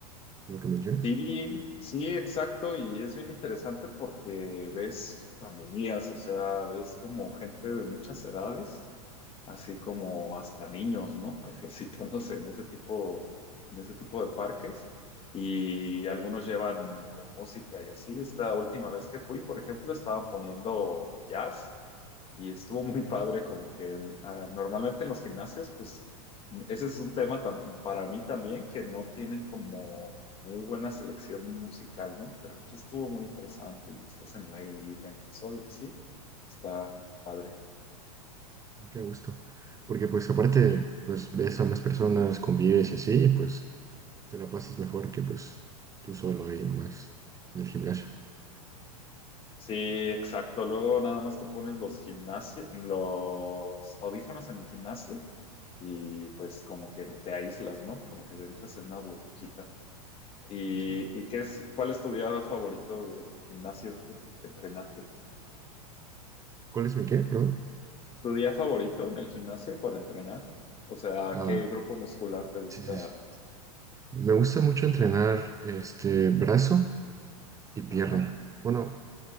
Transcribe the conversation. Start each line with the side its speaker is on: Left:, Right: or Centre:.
Right: Lo que mencionas.
Left: Sí, sí, exacto, y es bien interesante porque ves familias, o sea, ves como gente de muchas edades, así como hasta niños, ¿no? <laughs> Ejercitándose en ese tipo, en ese tipo de parques, y algunos llevan mu- música y así. Esta última vez que fui, por ejemplo, estaban poniendo jazz y estuvo muy padre, como que el- ah, normalmente en los gimnasios, pues... Ese es un tema tam- para mí también que no tienen como muy buena selección musical, ¿no? Pero aquí estuvo muy interesante y estás en el aire libre, en el sol y así. Está padre.
Right: Qué gusto. Porque pues aparte, pues ves a más personas, convives y así, y, pues te la pasas mejor que pues tú solo ahí nomás en el gimnasio.
Left: Sí, exacto. Luego nada más te pones los gimnasio, los audífonos en el gimnasio y pues como que te aíslas, ¿no? Como que entras en una burbujita. ¿Y,
Right: Sí.
Left: y qué es, cuál es tu día favorito del gimnasio, de, de entrenarte?
Right: ¿Cuál es mi qué? Perdón.
Left: ¿Tu día favorito en el gimnasio para entrenar? O sea,
Right: Ah,
Left: ¿qué grupo muscular te gusta?
Right: sí, sí, sí. Me gusta mucho entrenar este brazo y pierna.
Left: Ajá.
Right: Bueno,